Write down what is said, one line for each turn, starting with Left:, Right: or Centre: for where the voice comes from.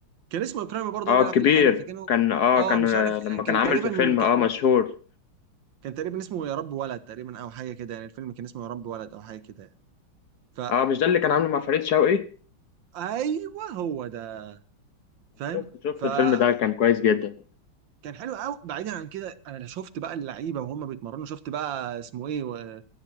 Right: كان اسمه اكرامي برضه
Left: اه
Right: هو بيلعب
Left: كبير
Right: في الاهلي فكانوا
Left: كان اه
Right: اه
Left: كان
Right: مش عارف
Left: آه، لما كان
Right: كان
Left: عامل
Right: تقريبا
Left: في فيلم
Right: كان
Left: اه مشهور
Right: كان تقريبا اسمه يا رب ولد تقريبا او حاجه كده يعني الفيلم كان اسمه يا رب ولد او حاجه كده يعني ف
Left: اه مش ده اللي كان عامله مع فريد شوقي
Right: ايوه هو ده فاهم
Left: شفت شفت
Right: فكان
Left: الفيلم ده كان كويس جدا
Right: حلو قوي بعيدا عن كده انا شفت بقى اللعيبه وهم بيتمرنوا شفت بقى اسمه ايه و-